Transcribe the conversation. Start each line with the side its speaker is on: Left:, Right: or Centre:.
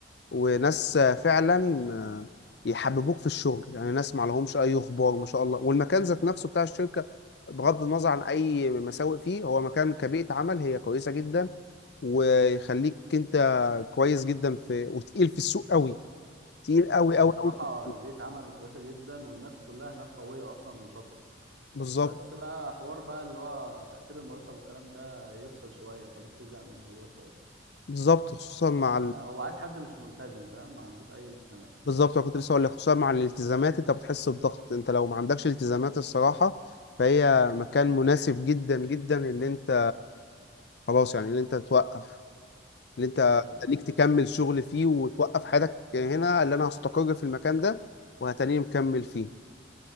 Left: وناس آه، فعلا آه، يحببوك في الشغل يعني ناس ما لهمش اي اخبار ما شاء الله والمكان ذات نفسه بتاع الشركه بغض النظر عن اي مساوئ فيه هو مكان كبيئه عمل هي كويسه جدا ويخليك انت كويس جدا في وتقيل في السوق قوي تقيل قوي
Right: هو
Left: قوي
Right: بصراحة
Left: قوي في
Right: البيت
Left: السوق
Right: عمل كويسة جدا والناس كلها هناك قوية أصلا وشاطرة
Left: بالظبط
Right: بس بقى حوار بقى اللي هو تأخير المرتب والكلام ده يفصل شوية يخليك تزهق من الموضوع شوية
Left: بالظبط خصوصا مع
Right: يعني هو عايز حد مش ملتزم فاهم ما عندوش أي التزامات
Left: بالظبط انا كنت لسه هقول لك خصوصا مع الالتزامات انت بتحس بضغط انت لو ما عندكش التزامات الصراحه فهي مكان مناسب جدا جدا اللي انت خلاص يعني اللي انت توقف اللي انت
Right: أيوه أيوه
Left: خليك تكمل شغل فيه وتوقف حياتك هنا اللي انا هستقر في المكان ده وهتاني مكمل فيه